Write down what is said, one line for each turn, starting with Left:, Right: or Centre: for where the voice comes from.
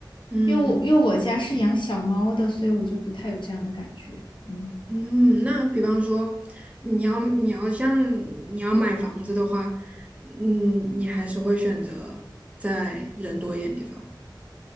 Right: 嗯。
Left: 因为我因为我家是养小猫的，所以我就不太有这样的感觉。嗯。
Right: 嗯，那比方说，你要你要像你要买房子的话，嗯，你还是会选择在人多一点的地方。